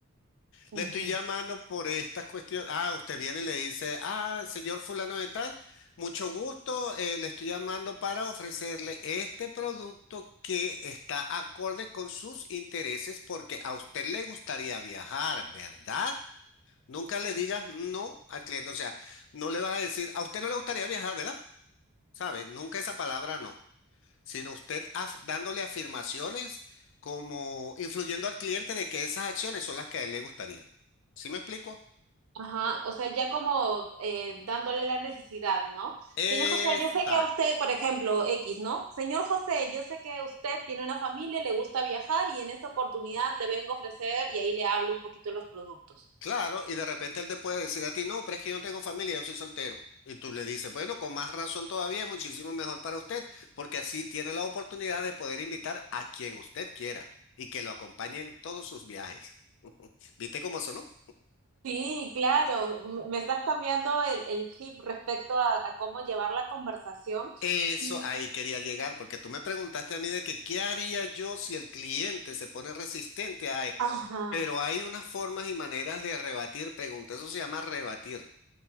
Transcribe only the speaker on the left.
Le estoy llamando por estas cuestiones. Ah, usted viene y le dice, ah, señor fulano de tal, mucho gusto, eh, le estoy llamando para ofrecerle este producto que está acorde con sus intereses porque a usted le gustaría viajar, ¿verdad? Nunca le digas no al cliente, o sea, no le vas a decir, a usted no le gustaría viajar, ¿verdad? ¿Sabe? Nunca esa palabra no, sino usted af- dándole afirmaciones como influyendo al cliente de que esas acciones son las que a él le gustaría. ¿Sí me explico?
Exacto,
claro, y de repente él te puede decir a ti, no, pero es que yo no tengo familia, yo soy soltero. Y tú le dices, bueno, con más razón todavía es muchísimo mejor para usted, porque así tiene la oportunidad de poder invitar a quien usted quiera y que lo acompañe en todos sus viajes. ¿Viste cómo sonó?
Eso
ahí quería llegar, porque tú me preguntaste a mí de que qué haría yo si el cliente se pone resistente a...
Pero hay unas formas y maneras de rebatir preguntas, eso se llama rebatir.